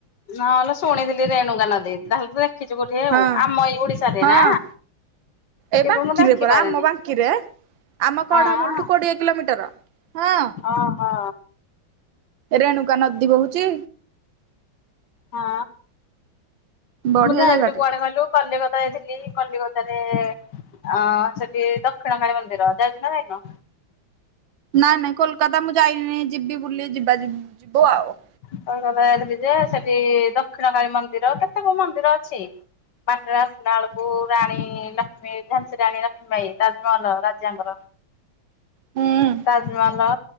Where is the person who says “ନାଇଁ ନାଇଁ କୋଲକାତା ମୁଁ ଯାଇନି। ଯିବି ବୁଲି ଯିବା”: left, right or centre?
Right